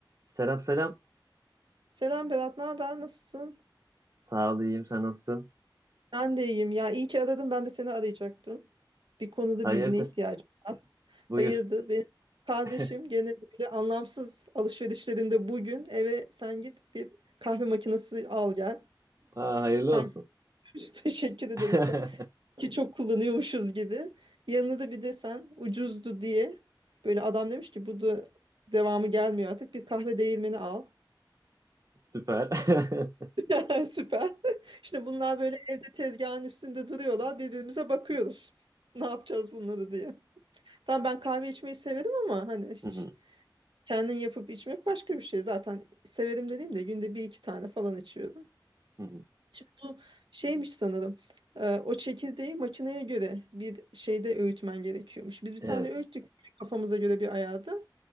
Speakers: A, on the right (about 45°); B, on the right (about 80°).
A: Selam selam.
B: Selam Berat, ne haber? Nasılsın?
A: Sağ ol, iyiyim. Sen nasılsın?
B: Ben de iyiyim. Ya iyi ki aradın. Ben de seni arayacaktım. Bir konuda
A: Hayırdır?
B: bilgine ihtiyacım var.
A: Buyur.
B: Hayırdır? Benim kardeşim
A: <laughs>
B: gene böyle anlamsız alışverişlerinde bugün eve sen git bir kahve makinesi al gel.
A: Aa, hayırlı
B: Sanki
A: olsun.
B: <laughs> üç teşekkür ederiz
A: <laughs>
B: ki çok kullanıyormuşuz gibi. Yanına da bir de sen ucuzdu diye böyle adam demiş ki bu da devamı gelmiyor artık bir kahve değirmeni al.
A: Süper. <laughs>
B: <laughs> Süper. Şimdi bunlar böyle evde tezgahın üstünde duruyorlar. Birbirimize bakıyoruz. <laughs> Ne yapacağız bunları diye. Tamam ben kahve içmeyi severim ama hani hiç
A: Hı hı,
B: kendin yapıp içmek başka bir şey. Zaten severim dediğim de günde bir iki tane falan içiyorum.
A: hı hı.
B: Şimdi bu şeymiş sanırım. e, o çekirdeği makineye göre bir şeyde öğütmen gerekiyormuş. Biz bir
A: Evet.
B: tane öğüttük kafamıza göre bir ayarda.